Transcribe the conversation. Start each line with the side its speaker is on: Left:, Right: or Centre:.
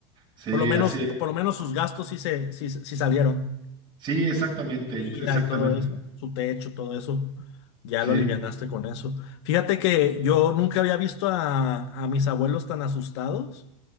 Right: Sí,
Left: Por lo menos,
Right: así
Left: por
Right: es.
Left: lo menos sus gastos sí se, sí, sí salieron.
Right: Sí, exactamente,
Left: Mira
Right: ent- exactamente.
Left: y todo eso, su techo, todo eso. Ya
Right: Sí,
Left: lo alivianaste con eso. Fíjate que yo nunca había visto a, a mis abuelos tan asustados